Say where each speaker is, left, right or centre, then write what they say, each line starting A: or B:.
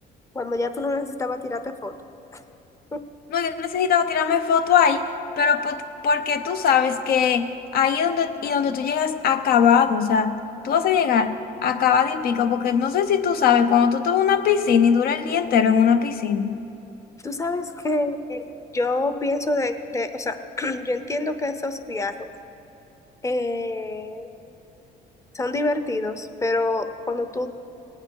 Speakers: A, on the left; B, on the left.
A: cuando ya tú no necesitabas tirarte fotos. <laughs>
B: No, yo necesitaba tirarme foto ahí, pero po- porque tú sabes que ahí es donde, y donde tú llegas acabado, o sea, tú vas a llegar acabado y pico, porque no sé si tú sabes, cuando tú te vas a una piscina y dura el día entero en una piscina,
A: Tú sabes que yo pienso de, de- o sea, <clears throat> yo entiendo que esos viajes eh, son divertidos, pero cuando tú,